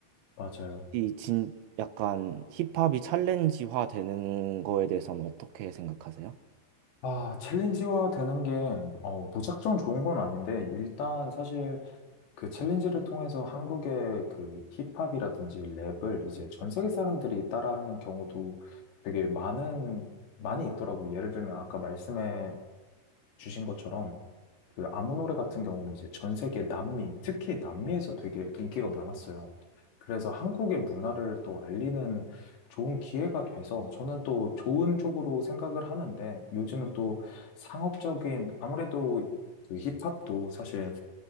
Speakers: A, on the left; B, on the right.
A: 맞아요.
B: 이 진 약간 힙합이 챌린지화 되는 거에 대해서는 어떻게 생각하세요?
A: 아, 챌린지화 되는 게, 어, 무작정 좋은 건 아닌데, 일단 사실 그 챌린지를 통해서 한국의 그 힙합이라든지 랩을 이제 전 세계 사람들이 따라하는 경우도 되게 많은, 많이 있더라고요. 예를 들면 아까 말씀해 주신 것처럼 그 아무 노래 같은 경우는 이제 전 세계 남미, 특히 남미에서 되게 인기가 많았어요. 그래서 한국의 문화를 또 알리는 좋은 기회가 돼서 저는 또 좋은 쪽으로 생각을 하는데 요즘은 또 상업적인 아무래도 그 힙합도 사실